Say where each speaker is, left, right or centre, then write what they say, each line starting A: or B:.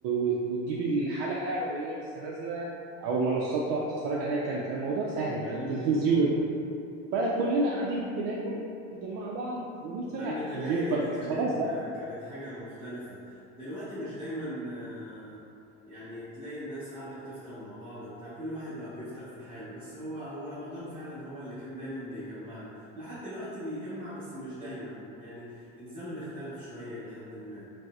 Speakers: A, on the right; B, on the right.
A: وت- وتجيب الحلقة وهي لسه نازلة او منصات تقعد تتفرج عليها كان كان الموضوع سهل
B: كان
A: كان تلفزيون
B: اه
A: فكلنا قاعدين بناكل مع بعض وبنتفرج
B: لمة
A: على التلفزيون
B: العيلة
A: فخلاص
B: دي كانت
A: ده
B: كانت حاجة مختلفة دلوقتي مش دايما آه، يعني تلاقي الناس قاعدة بتفطر مع بعض وبتاع كل واحد بقى بيفطر في حاله بس هو هو رمضان فعلا هو اللي كان دايما بيجمعنا لحد دلوقتي بيجمع بس مش دايما يعني الزمن اختلف شوية لحد ما